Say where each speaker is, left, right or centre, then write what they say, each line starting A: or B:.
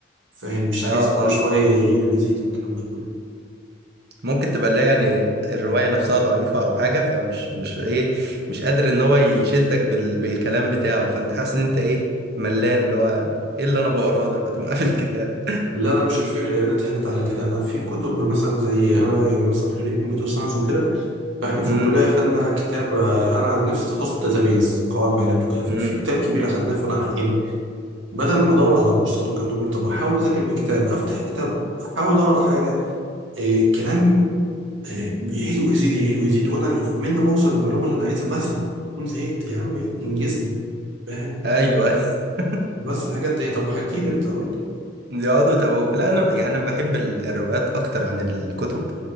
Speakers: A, on the right; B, on the right.
A: فاهم مش
B: اه
A: عايز كل
B: اه
A: شوية يعيد ويزيد والكلام ده كله
B: ممكن تبقى لا يعني الروايه نفسها ضعيفه او حاجه فمش مش ايه مش قادر ان هو يشدك بال بالكلام بتاعه فانت حاسس ان انت ايه ملان اللي هو ايه اللي انا بقراه ده فتقوم قافل الكتاب
A: لا لا مش الفكرة يا ريتها جت على كده أنا في كتب مثلا زي أنا يعني مثلا خريج كمبيوتر ساينس وكده احنا في
B: امم
A: الكلية خدنا كتاب آه، انا عن نفسي تخصص داتابيز قواعد بيانات وكده في
B: امم
A: في كتاب كبير اخدناه فانا يعني بدل ما ادور على كورسات والكلام ده كله طب احاول اذاكر من كتاب افتح كتاب احاول اقرا حاجة إيه كلام إيه بيعيد ويزيد يعيد ويزيد وانا ال- من ما اوصل للمعلومة اللي انا عايزها بزهق اكون زهقت يا عم انجزني فاهم
B: ايوه <laughs>
A: بس الحاجات دي طب حكي لي انت قول لي
B: يقعدوا يتوهوك لا انا ب... يعني انا بحب ال- الروايات اكتر عن الكتب